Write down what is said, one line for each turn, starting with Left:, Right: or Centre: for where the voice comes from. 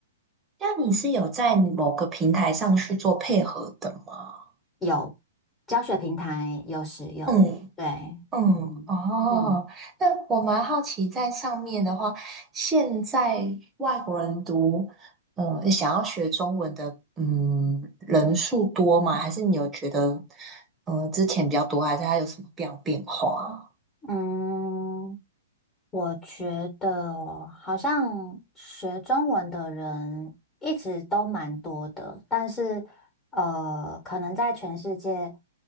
Right: 那你是有在某个平台上去做配合的吗？
Left: 有教学平台有使用，
Right: 嗯
Left: 对，
Right: 嗯，
Left: 嗯嗯
Right: 哦，那我蛮好奇，在上面的话，现在外国人读，嗯，想要学中文的，嗯，人数多吗？
Left: 嗯。
Right: 还是你有觉得，嗯，之前比较多，还是它有什么样变化？
Left: 嗯我觉得哦好像学中文的人一直都蛮多的，但是呃，可能在全世界，